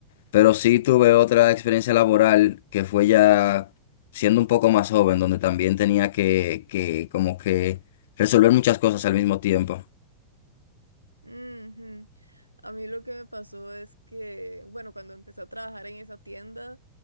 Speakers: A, on the left (about 55°); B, on the right (about 85°).
A: pero sí tuve otra experiencia laboral que fue ya siendo un poco más joven, donde también tenía que, que como que resolver muchas cosas al mismo tiempo.
B: Ujú. A mí lo que me pasó es que, bueno, cuando empecé a trabajar en esa tienda,